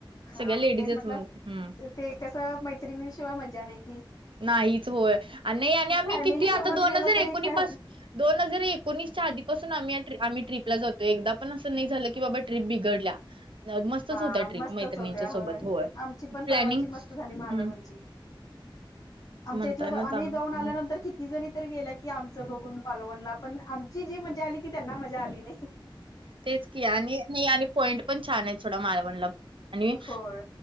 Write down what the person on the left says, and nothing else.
हा
तेच म्हटलं
ते कसं मैत्रिणीशिवाय मजा नाही <unintelligible>
फॅमिली
सोबत
गेलं
तरी
काय
होत
हा
मस्तच
होत्या
होय, आमची पण
परवाची मस्त झाली महालवनची.
आमच्या
इथलं आम्ही
जाऊन आल्यानंतर
किती जनी तर गेल की आमच बघून मालवणला पण आमची जी मजा आली ती त्यांना मजा आली नाही
होय